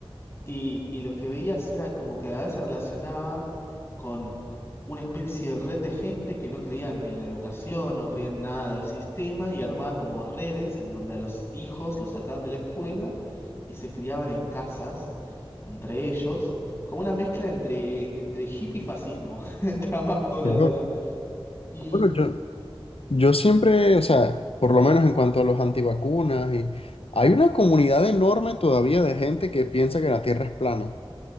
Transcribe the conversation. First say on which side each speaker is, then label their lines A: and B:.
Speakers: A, on the left (about 25°); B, on the left (about 80°).
A: y, y lo que veías era como que a veces se relacionaba con una especie de red de gente que no creían en la educación, no creían nada del sistema y armaba como redes en donde a los hijos los sacaban de la escuela y se criaban en casas entre ellos, como una mezcla entre, entre hippie y fascismo, <laughs> entre ambas cosas
B: Qué loco.
A: era. Y,
B: Bueno, yo, yo siempre, o sea, por lo menos en cuanto a los antivacunas, y, hay una comunidad enorme todavía de gente que piensa que la Tierra es plana.